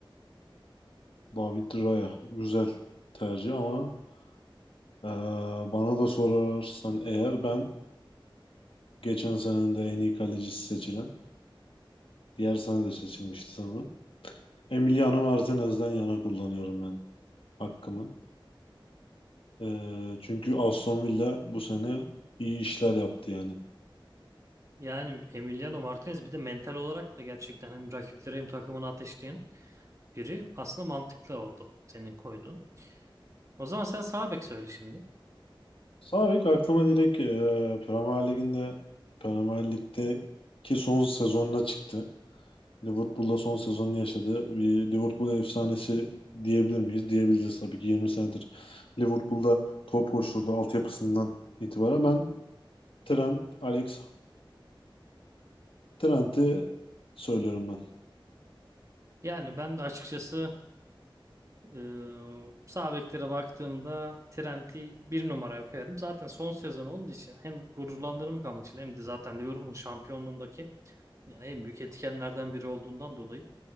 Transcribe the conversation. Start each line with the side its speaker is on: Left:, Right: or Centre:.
Left: David Raya. Güzel tercih ama eee, bana da sorarsan eğer ben geçen senenin de en iyi kalecisi seçilen, diğer sene de seçilmişti sanırım. Emiliano Martinez'den yana kullanıyorum ben hakkımı. Eee, çünkü Aston Villa bu sene iyi işler yaptı yani.
Right: Yani Emiliano Martinez bir de mental olarak da gerçekten hem rakipleri hem takımını ateşleyen biri aslında mantıklı oldu senin koyduğun. O zaman sen sağ bek söyle şimdi.
Left: Sağ bek aklıma direkt e, Premier Lig'inde Premier Lig'deki son sezonuna çıktı. Liverpool'da son sezonunu yaşadı. Bir Liverpool efsanesi diyebilir miyiz? Diyebiliriz tabii ki 20 senedir Liverpool'da top koşturdu altyapısından itibaren. Ben Trent, Alex Trent'i söylüyorum ben.
Right: Yani ben de açıkçası e, sağ beklere baktığımda Trent'i bir numaraya koyarım. Zaten son sezon olduğu için hem gururlandırmak amacıyla hem de zaten Liverpool'un şampiyonluğundaki yani en büyük etkenlerden biri olduğundan dolayı